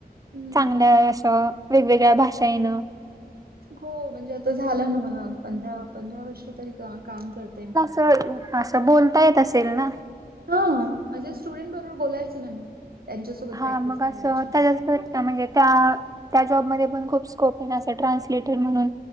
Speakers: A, on the right; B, on the right.
A: हम्म.
B: चांगलं असं वेगवेगळ्या भाषा येणं.
A: हो म्हणजे आता झालं ना मला पंधरा, पंधरा वर्ष तरी का काम करते मी.
B: तर असं बोलता येत असेल ना?
A: हा माझ्या स्टुडंट बरोबर बोलायचे ना मी. त्यांच्यासोबत
B: हा
A: प्रॅक्टिस
B: मग आसं
A: करायची
B: त्यांच्यात पण म्हणजे त्या त्या जॉबमध्ये पण खूप स्कोप आहे असं ट्रान्सलेटर म्हणून